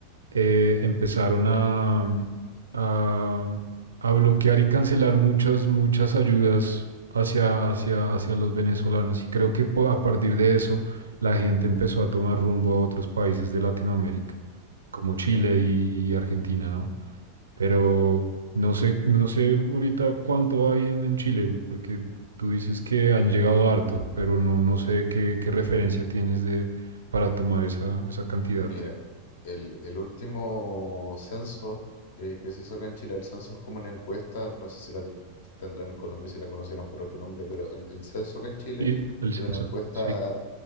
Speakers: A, on the right (about 70°); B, on the left (about 55°).
A: eh, empezaron a, mm, a, mm, a bloquear y cancelar muchas, muchas ayudas hacia, hacia, hacia los venezolanos. Y creo que po- a partir de eso la gente empezó a tomar rumbo a otros países de Latinoamérica, como Chile
B: claro.
A: y, y Argentina, ¿no? Pero no sé, no sé ahorita cuánto hay en, en Chile, porque tú dices que han llegado harto, pero no, no sé qué, qué referencia tienes de para tomar esa, esa cantidad.
B: Mira, el, el último censo eh, que se hizo acá en Chile, el censo es como una encuesta, no sé si la ten- tendrán en Colombia, si la conocerán por otro nombre, pero el, el censo acá en Chile
A: Sí, el
B: es
A: censo,
B: una encuesta
A: sí.